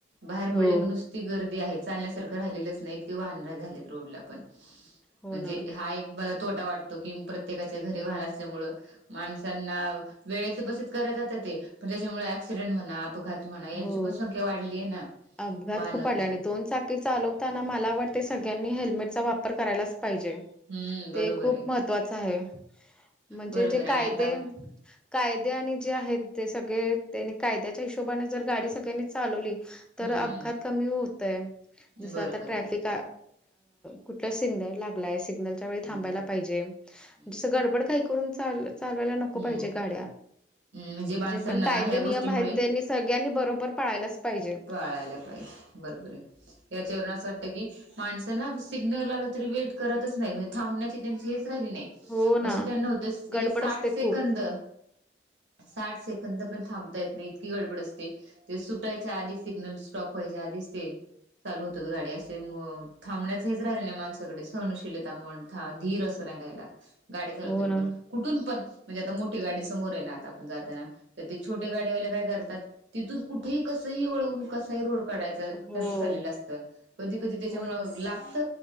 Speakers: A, on the right; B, in the centre.
A: बाहेर
B: हो
A: पडले की नुसता ती गर्दी आहे चालण्यासारखं राहिलेलंच नाही इतके वाहन झालेत रोडला पण
B: हो
A: म्हणजे
B: ना.
A: हा एक माझा तोटा वाटतो की प्रत्येकाच्या घरी वाहन असल्यामुंळ माणसांना वेळेचे बसेच कराय जातात ते पण त्याच्यामुळे ऍक्सिडेंट म्हणा अपघात म्हणा यांची
B: हो
A: पण संख्या वाढली आहे ना
B: अपघात
A: वाहनांची
B: खूप आले आणि दोन चाकी चालव. ताना मला वाटते सगळ्यांनी हेल्मेटचा वापर करायलाच पाहिजे.
A: हम्म बरोबर
B: ते खूप
A: आहे
B: महत्त्वाच आहे म्हणजे
A: बरोबर
B: जे
A: आणि
B: कायदे
A: आता
B: कायदे आणि जे आहेत ते सगळे त्यांनी कायद्याच्या हिशोबाने जर गाडी सगळ्यांनी चालवली.
A: हम्म
B: तर अपघात कमी होतय जस
A: बरोबर
B: आता ट्रॅफिक.
A: आहे
B: कुठ सिग्नल लागलाय सिग्नलच्या वेळी
A: हम्म
B: थांबायला पाहिजे
A: हम्म
B: गडबड का. करून चाल चालवायला नको
A: हम्म
B: पाहिजेत
A: हम्म,
B: गाड्या
A: म्हणजे माणसांना
B: जे पण काय
A: ना ह्या गोष्टीमुळे
B: नियम तेनीच सगळ्यांनी बरोबर पाळायलाच पाहिजे.
A: पाळायला पाहिजे बरोबर आहे, या्याच्यावरून असं वाटतं की माणसं ना सिग्नल आल तरी वेट करतच नाही म्हणजे थांबण्याची त्यांची हेच राहिली नाही.
B: हो ना.
A: असं त्यां नवतं तिथे
B: गडबड
A: साठ
B: असते
A: सेकंद
B: खूप.
A: साठ सेकंद पण थांबता येत नाही इतकी गडबड असते ते सुटायच्या आधी सिग्नल स्टॉप व्हायचे आधीच ते चालू होतात गाडी असे थबण्याच हेच राहिले नाही माणसाकडे सहनशीलता मण धीर असं नाही राहायला गाडी चालवत
B: हो ना.
A: पण. कुठून पण म्हणजे आता मोठी गाडी समोर ये ना आता आपण जाताना तर ते छोटे गाडीवायले काय करतात? तिथून कुठेही कसही वळवून कसाही रोड काढायचा.
B: हो,
A: चा अस कधी कधी त्यांच्यामुळे
B: हो ना,
A: लागत